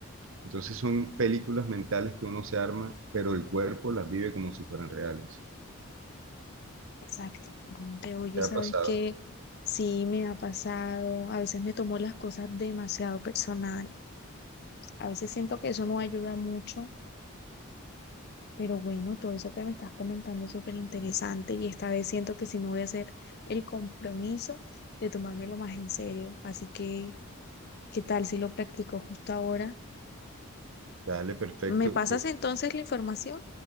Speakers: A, on the right; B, on the left.
A: Entonces son películas mentales que uno se arma, pero el cuerpo las vive como si fueran reales.
B: exactamente. Oye,
A: ¿Te
B: ¿sabes
A: ha pasado?
B: qué? Sí, me ha pasado. A veces me tomo las cosas demasiado personal. A veces siento que eso no ayuda mucho, pero bueno, todo eso que me estás comentando es súper interesante y esta vez siento que sí me voy a hacer el compromiso de tomármelo más en serio. Así que... ¿Qué tal si lo practico justo ahora?
A: Dale, perfecto.
B: ¿Me pasas
A: Te
B: entonces la información?